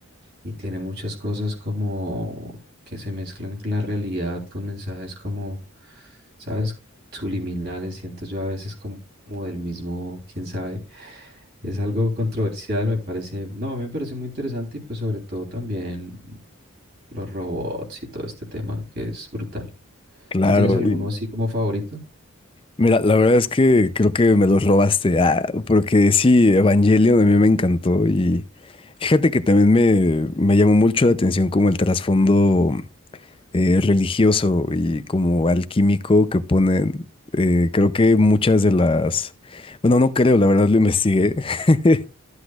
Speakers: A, on the right; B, on the left.
A: y tiene muchas cosas como que se mezclan la realidad con mensajes como, ¿sabes? Subliminales, siento yo a veces como, como del mismo, quién sabe. Es algo controversial, me parece. No, a mí me parece muy interesante y pues sobre todo también los robots y todo este tema que es brutal.
B: claro.
A: ¿Tú tienes alguno
B: y
A: así como favorito?
B: mira, la verdad es que creo que me los robaste. Ah, porque sí, Evangelion a mí me encantó y fíjate que también me, me llamó mucho la atención como el trasfondo. eh, religioso y como alquímico que ponen, eh, creo que muchas de las, bueno, no creo, la verdad lo investigué, <laughs>